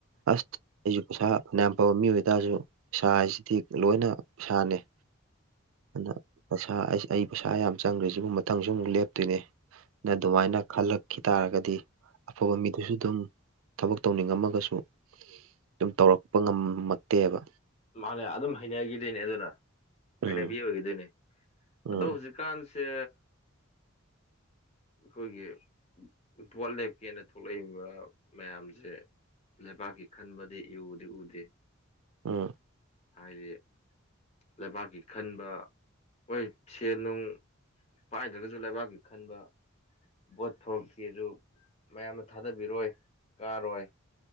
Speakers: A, on the right; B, on the left.
A: ꯑꯁ ꯑꯩꯁꯨ ꯄꯩꯁꯥ ꯐꯅꯌꯥꯝ ꯐꯕ ꯃꯤ ꯑꯣꯏꯇꯥꯔꯁꯨ ꯄꯩ ꯁꯥꯥ ꯍꯥꯏꯁꯤꯗꯤ ꯂꯣꯏꯅꯩ ꯁꯥꯥꯅꯩ ꯑꯗꯨꯅ ꯄꯩꯁꯥ ꯑꯩ ꯄꯩꯁꯥ ꯌꯥꯝ ꯆꯪꯈ꯭ꯔꯦ ꯁꯤꯨꯝ ꯃꯊꯪꯁꯨ ꯑꯃꯨꯛ ꯂꯦꯞꯇꯣꯏꯅꯦ ꯅ ꯑꯗꯨꯃꯥꯏꯅ ꯈꯜꯂꯛꯈꯤ ꯇꯥꯔꯒꯗꯤ ꯑꯐꯕ ꯃꯤꯗꯨꯁꯨ ꯑꯗꯨꯝ ꯊꯕꯛ ꯇꯧꯅꯤꯡꯉꯝꯃꯒꯁꯨ ꯑꯗꯨꯝ ꯇꯧꯔꯛꯄ ꯉꯝꯃꯛꯇꯦꯕ
B: ꯃꯥꯅꯦ ꯑꯗꯨꯝ ꯍꯩꯅꯈꯤꯗꯣꯏꯅꯦ ꯑꯗꯨꯅ
A: ꯎꯝ
B: ꯍꯩꯅꯕꯤ ꯑꯣꯏꯈꯤꯗꯣꯏꯅꯦ
A: ꯎꯝ
B: ꯑꯗꯣ ꯍꯧꯖꯤꯛ ꯀꯥꯟꯁꯦ ꯑꯩꯈꯣꯏꯒꯤ ꯄꯣꯠ ꯂꯦꯞꯀꯦꯅ ꯊꯣꯛꯂꯛꯏꯕ ꯃꯌꯥꯝꯁꯦ ꯂꯩꯕꯥꯛꯀꯤ ꯈꯟꯕꯗꯤ ꯏꯎꯗꯤ ꯎꯗꯦ
A: ꯎꯝ
B: ꯍꯥꯏꯗꯤ ꯂꯩꯕꯥꯛꯀꯤ ꯈꯟꯕ ꯍꯣꯏ ꯁꯦꯟ ꯅꯨꯡ ꯄꯥꯏꯗ꯭ꯔꯒꯁꯨ ꯂꯩꯕꯥꯛꯀꯤ ꯈꯟꯕ ꯕꯣꯠ ꯊꯣꯔꯛꯁꯤꯁꯨ ꯃꯌꯥꯝꯅ ꯊꯥꯗꯕꯤꯔꯣꯏ ꯀꯥꯔꯣꯏ